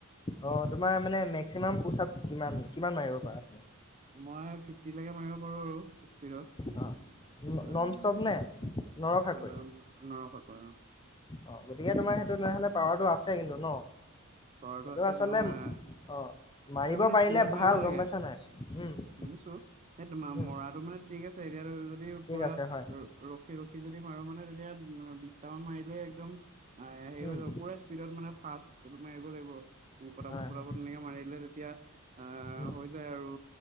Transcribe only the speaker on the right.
মই ফিফটিলৈকে মাৰিব পাৰো। স্পীদত
আ,
নৰখাকৈ অৱ।
পাৱাৰটো
আছে
মই
সেইটো মানে
স্পীডত
মাৰিব লাগে
বুজিছো, এই তোমাৰ
মৰাটো মানে ঠিক আছে এতিয়া যদি
পুৰা
ৰখি ৰখি যদি মাৰো মানে তেতিয়া বিশটামান মাৰিলে একদম হেৰি
হৈ যাব, পুৰা স্পীডত মানে ফাৰ্ষ্ট মাৰিব লাগিব ফটা
ফত
মাৰিলে তেতিয়া আহ
হৈ যায় আৰু